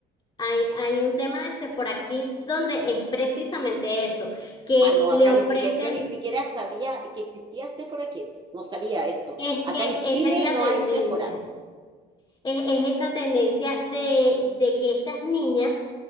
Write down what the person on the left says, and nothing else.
Hay, hay un tema de Sephora Kids donde es precisamente eso, que
le
ofrecen,
es
que
esa
es la
tendencia,
es, es esa tendencia de, de que estas niñas